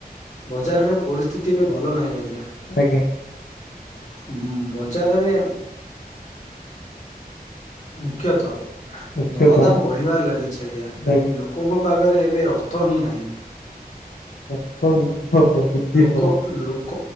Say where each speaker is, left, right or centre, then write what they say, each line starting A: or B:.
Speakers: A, on the left; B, on the left.
A: ବଜାରର। ପରିସ୍ଥିତି ଏବେ ଭଲ ନାହିଁ ଆଜ୍ଞା।
B: ଆଜ୍ଞା।
A: ହୁଁ। ବଜାରରେ। ମୁଖ୍ୟତଃ
B: ମୁଖ୍ୟତଃ
A: ଦରଦାମ ବଢିବାର ଲାଗିଛି ଆଜ୍ଞା
B: ଲାଗିଛି
A: ଲୋକଙ୍କ ପାଖରେ କେବେ ଅର୍ଥ ହିଁ ନାହିଁ
B: ଅର୍ଥ ଉଦ୍ଧ ବୁଦ୍ଧି
A: ଲୋକ
B: ପାଉଛି
A: ଲୋକ